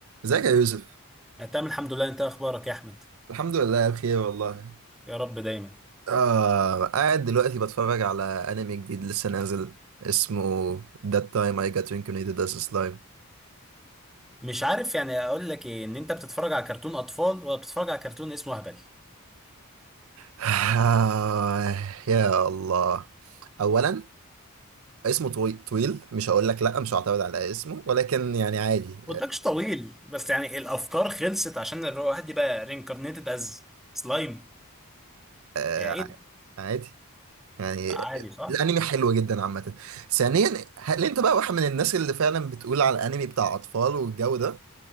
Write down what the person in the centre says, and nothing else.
أنا تمام الحمد لله انت اخبارك يا احمد
يا رب دايما
مش عارف يعني اقول لك ايه ان انت بتتفرج على كرتون اطفال ولا بتتفرج على كرتون اسمه هبل
ما قلتلكش طويل بس يعني الافكار خلصت عشان الواحد يبقى رينكارنيتد از سلايم
يعني ايه ده؟
عادي صح